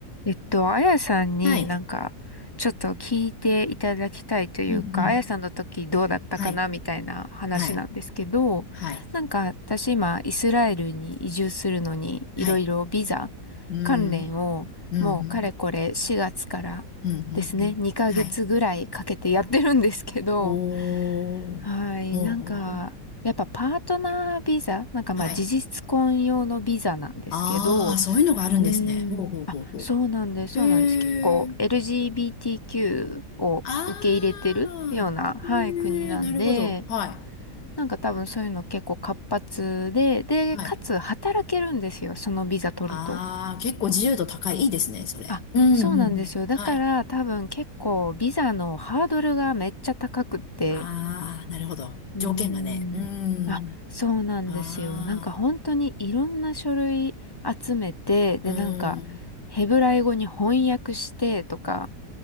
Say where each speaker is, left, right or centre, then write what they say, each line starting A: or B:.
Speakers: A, on the left; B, on the left.
A: えっと、あやさんになんか、
B: はい。
A: ちょっと聞いていただきたいというか、
B: うん、うん。
A: あやさんの時どうだったかなみたいな話なんですけど、
B: はい。はい。はい。
A: なんか私今、イスラエルに移住するのに、
B: はい。
A: いろいろビザ
B: うん。
A: 関連を、
B: うん、
A: もうかれこれ4月からですね、
B: うん。うん、うん。うんはい。
A: 2ヶ月ぐらいかけてやってるんですけど、
B: おー。
A: <laughs> はい、
B: ほうほうほう。
A: なんか、やっぱパートナービザ、なんかまあ事実婚用のビザなんですけど、
B: はい。ああ、そういうのがあるんですね。
A: うーん。
B: ほうほうほうほ
A: あ、そうなんです、
B: う。
A: そうなんです。
B: へえ。
A: 結構 LGBTQ を受け入れてるような、
B: ああ。
A: はい、
B: へえ、
A: 国なんで、
B: なるほど。は
A: なんか多分そういうの結構活発で、で、
B: い。はい。
A: かつ働けるんですよ、そのビザ取ると。
B: ああ、結構自由度高い。いいですね、それ。
A: あ、
B: うん、うん、
A: そうなんですよ。
B: うん。
A: だから多分結構ビザのハードルがめっちゃ高くって。
B: はい。ああ、なるほど。
A: うーん。
B: 条件がね。うん。
A: あ、そうなんですよ。
B: あ
A: なんか本当にいろんな書類集めて、で、
B: あ。うん。
A: なんかヘブライ語に翻訳してとか、